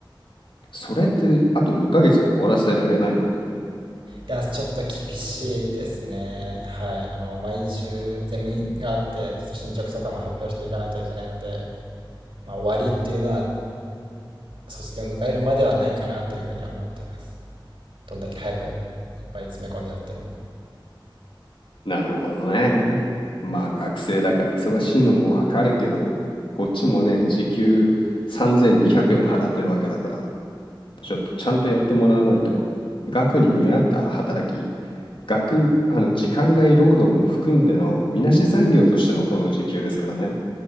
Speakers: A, on the left; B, on the right.
A: それってあと2ヶ月で終わらせられないの
B: いや、ちょっと厳しいですね。はい。あの、毎週ゼミがあって、ちょっと進捗とかも発表していかないといけないので、まあ、終わりっていうのは卒業を迎えるまではないかなというふうには思ってます。どんだけ早くやいっぱい詰め込んでやっても。
A: なるほどね。まあ学生だから忙しいのもわかるけど、こっちもね、時給3200円払ってるわけだから、ちょっとちゃんとやってもらわないと、額に見合った働き、額、あの時間外労働も含んでのみなし残業としてのこの時給ですからね。